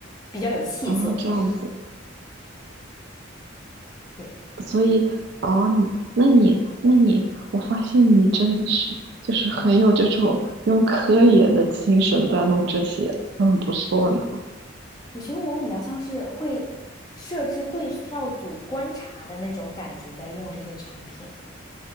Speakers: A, on the left; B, on the right.
A: 比较有气色。
B: 啊，这样子。
A: <laughs> 对。
B: 所以哦，你那你那你，我发现你真的是就是很有这种用科研的精神在弄这些，嗯，不错呢，
A: 我觉得我比较像是会设置对照组观察的那种感觉，在用这些产品，